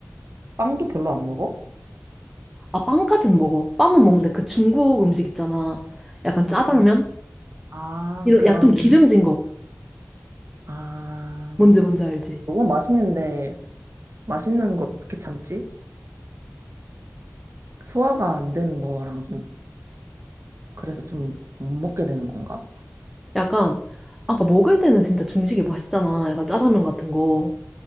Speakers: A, on the right (about 65°); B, in the centre.
A: 빵도 별로 안 먹어?
B: 아 빵까진 먹어. 빵은 먹는데 그 중국 음식 있잖아. 약간 짜장면?
A: 응. 아,
B: 이런
A: 그런,
B: 야좀 기름진 거.
A: 아,
B: 뭔지 뭔지 알지?
A: 너무 맛있는데, 맛있는 걸 어떻게 참지? 소화가 안 되는 거랑 좀, 그래서 좀 못 먹게 되는 건가?
B: 약간 아까 먹을 때는 진짜 중식이 맛있잖아. 약간 짜장면 같은 거.